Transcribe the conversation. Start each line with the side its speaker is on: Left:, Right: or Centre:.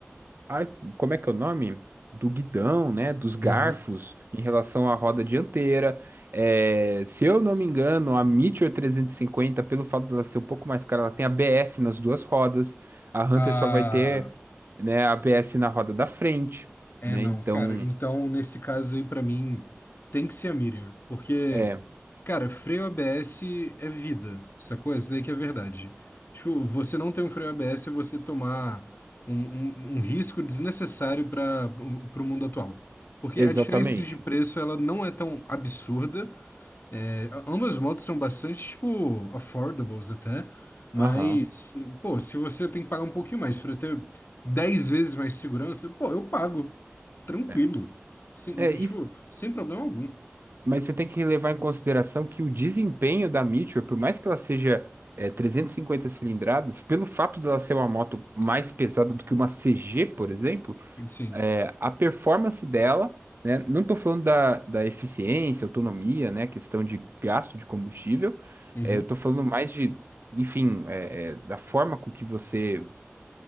Right: ai, como é que é o nome? Do guidão, né? Dos garfos
Left: Uhum.
Right: em relação à roda dianteira. É, se eu não me engano, a Meteor 350, pelo fato dela ser um pouco mais cara, ela tem ABS nas duas rodas. A Hunter
Left: Ah,
Right: só vai ter, né, ABS na roda da frente,
Left: é
Right: né?
Left: não,
Right: Então,
Left: cara. Então, nesse caso aí, pra mim, tem que ser a Meteor. Porque
Right: é,
Left: Cara, freio ABS é vida, sacou? Isso daí que é verdade. Tipo, você não tem um freio ABS é você tomar um, um- um risco desnecessário para o mundo atual. Porque
Right: exatamente.
Left: a diferença de preço, ela não é tão absurda. É, a- ambas motos são bastante, tipo, affordables até. Mas,
Right: Aham.
Left: pô, se você tem que pagar um pouquinho mais para ter 10 vezes mais segurança, pô, eu pago. Tranquilo.
Right: É.
Left: Sem,
Right: É,
Left: tipo,
Right: e
Left: sem problema algum.
Right: Mas você tem que levar em consideração que o desempenho da Meteor, por mais que ela seja é, 350 cilindradas, pelo fato dela ser uma moto mais pesada do que uma CG, por exemplo,
Left: Sim.
Right: é, a performance dela, né, não estou falando da, da eficiência, autonomia, né, questão de gasto de combustível,
Left: Uhum.
Right: é, eu estou falando mais de, enfim, é, é, da forma com que você,